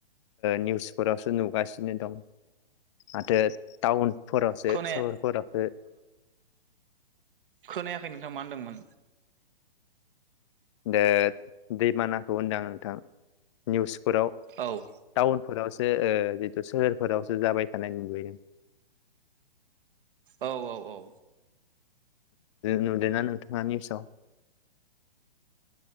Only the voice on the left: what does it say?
निउसफोरावसो नुगासिनो दं। माथो टाउनफोरावसो
सहरफोरावसो
दा दैमा बानाखौ होनदों आं नोंथां निउसफोराव
टाउनफोरावसो ओ जितु सोहोरफोरावसो जाबाय थानाय नुुबैदों
नुदोंना नोंथाङा निउसाव?